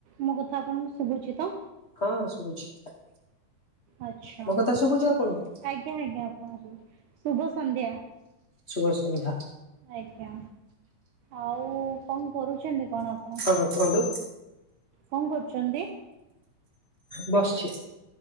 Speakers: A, on the right; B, on the left.
A: ମୋ କଥା ଆପଣଙ୍କୁ ଶୁଭୁଛି ତ?
B: ହଁ ଶୁଭୁଛି।
A: ଆଛା
B: ମୋ
A: ଆଜ୍ଞା
B: କଥା ଶୁଭୁଛି ଆପଣଙ୍କୁ
A: ଆଜ୍ଞା ଆପଣଙ୍କୁ ଶୁଭ ସଂଧ୍ୟା।
B: ସୁୁଭ ସନ୍ଧ୍ୟା।
A: ଆଜ୍ଞା ଆଉ କନ୍ କରୁଛନ୍ତି କଣ ଆପଣ?
B: ହଁ କୁହନ୍ତୁ।
A: କଂ କରୁଛନ୍ତି?
B: ବସିଛି।